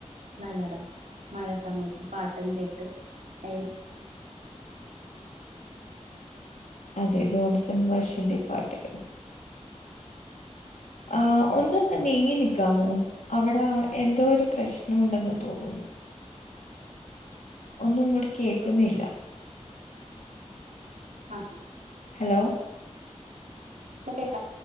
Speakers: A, on the right (about 85°); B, on the left (about 80°).
A: നല്ലതാ മഴ സമയത്ത് പാട്ടും കേട്ട് ചയേ
B: അതെതെ ജോൺസൺ മാഷിന്റെ പാട്ടുകൾ ആ ഒന്നും നീങ്ങി നിക്കാമോ അവിട് ആ എന്തോ ഒരു പ്രശ്നം ഉണ്ടെന്ന് തോന്നുന്നു ഒന്നും ഇങ്ങോട്ട് കേക്കുന്നില്ല
A: ആ
B: ഹലോ
A: <unintelligible>